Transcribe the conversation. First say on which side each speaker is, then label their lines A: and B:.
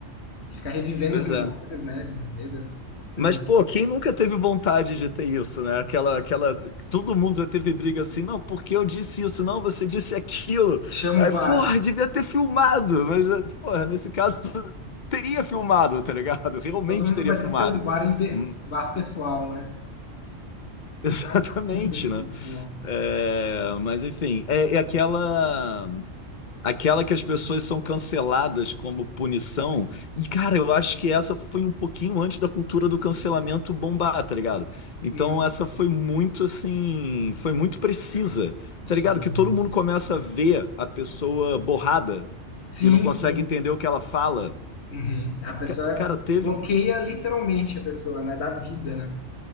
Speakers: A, on the left; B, on the left.
A: Ficar revivendo
B: Pois
A: as memórias,
B: é.
A: né? Meu Deus.
B: Mas,
A: <laughs>
B: pô, quem nunca teve vontade de ter isso, né? Aquela, aquela, todo mundo já teve briga assim, não, porque eu disse isso, não, você disse aquilo.
A: Chama
B: Aí,
A: o VAR.
B: porra, devia ter filmado, mas, eh, porra, nesse caso, <laughs> teria filmado, tá ligado? <laughs> Realmente
A: Todo mundo
B: teria
A: vai
B: filmado.
A: ter seu VAR, em pe-
B: Hum,
A: VAR pessoal, né?
B: <laughs> Exatamente,
A: <laughs>
B: né? É, mas, enfim, é, é aquela. Aquela que as pessoas são canceladas como punição. E, cara, eu acho que essa foi um pouquinho antes da cultura do cancelamento bombar, tá ligado? Então,
A: Hum,
B: essa foi muito, assim, foi muito precisa,
A: Sim.
B: tá ligado? Que todo mundo começa a ver a pessoa borrada
A: Sim,
B: e não consegue
A: sim.
B: entender o que ela fala.
A: Uhum. A pessoa
B: Ca- Cara, teve
A: bloqueia literalmente a pessoa, né? Da vida, né?